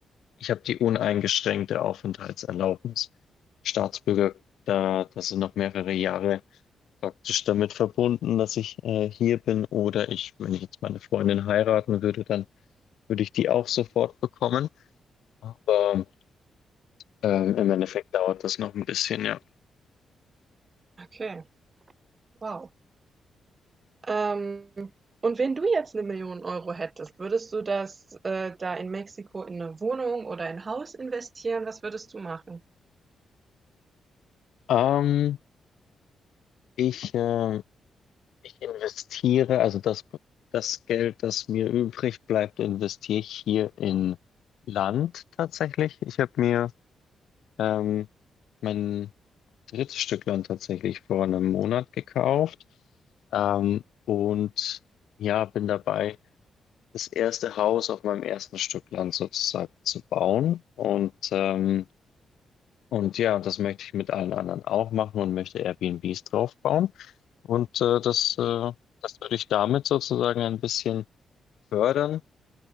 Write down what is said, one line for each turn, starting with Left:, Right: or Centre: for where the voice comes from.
Left: Ich habe die uneingeschränkte Aufenthaltserlaubnis. Staatsbürger, da, das sind noch mehrere Jahre praktisch damit verbunden, dass ich äh, hier bin. Oder ich, wenn ich jetzt meine Freundin heiraten würde, dann würde ich die auch sofort bekommen. Aber ähm, im Endeffekt dauert das noch ein bisschen, ja.
Right: Okay. Wow. Ähm, und wenn du jetzt eine Million Euro hättest, würdest du das äh, da in Mexiko in eine Wohnung oder in ein Haus investieren? Was würdest du machen?
Left: Ähm, ich, äh, ich investiere, also das, das Geld, das mir übrig bleibt, investiere ich hier in Land tatsächlich. Ich habe mir ähm, mein drittes Stück Land tatsächlich vor einem Monat gekauft. Ähm, und ja, bin dabei, das erste Haus auf meinem ersten Stück Land sozusagen zu bauen. Und, ähm, und ja, das möchte ich mit allen anderen auch machen und möchte Airbnbs draufbauen. Und äh, das, äh, das würde ich damit sozusagen ein bisschen fördern.